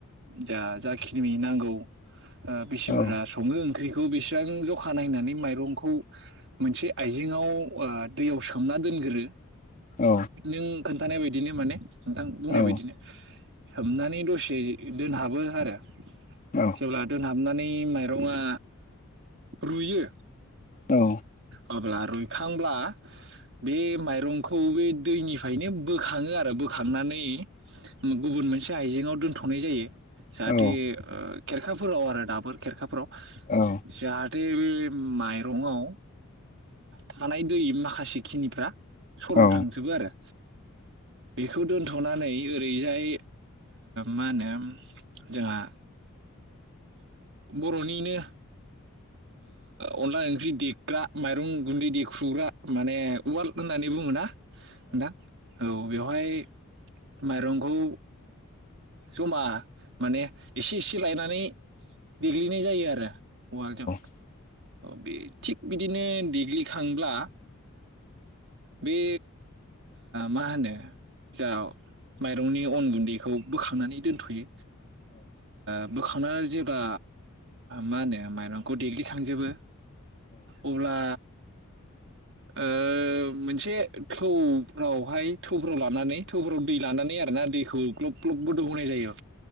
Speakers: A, on the right; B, on the left.
A: जा जाखिनिनि नांगौ <inaudible> ओ बेसि
B: औ
A: बुरजा सङो ओंख्रि खौ बेसेबां जखा नायनानै माइरंखौ मोनसे आइजेेंआव ओ दैयाव सोमना दोनग्रो
B: औ
A: नों खोन्थानाय बायदि बिदिनो माने नोंथां बुंनाय
B: औ
A: बायदिनो सोमनानै दसे दोनहाबो आरो
B: औ
A: जेब्ला दोनहाबनानै माइरङा रुयो
B: औ
A: अब्ला रुइखांब्ला बे माइरंखौ बे दैनिफ्रायनो बोखाङो आरो बोखांनानै गुबुन मोन एसे आइजेंआव दोनथ'नाय जायो स आ
B: औ
A: खेरखाफोराव आरो दाबो खेरखाफोराव
B: औ
A: जाहाथे बे माइरंआव थानाय दै माखासे खिनिफ्रा <unintelligible>
B: औ
A: थांजोबो आरो बे बेखौ दोनथ'नानै ओरैजाय मा होनो जोंहा बर'निनो ओ <unintelligible> फ्रि देग्रा माइरं गुन्दै देखुग्रा माने वालड होननानै बुङोना <unintelligible> औ बेवहाय माइरंखौ जमा माने इसे इसे लायनानै देग्लिनाय जायो आरो <unintelligible>
B: औ
A: बे थिग बिदिनो देग्लिखांब्ला बे मा होनो जा माइरंनि अन गुन्दैखौ बोखांनानै दोनथ'यो ओ बोखांनानै जेबा मा होनो माइरंखौ देग्लिखांजोबो अब्ला ओ मोनसे थौफ्रावहाय थौफोराव लानानै थौफोराव दै लानानै आरोना। दैखौ ग्लब ग्लबबो दौहोनाय जायो।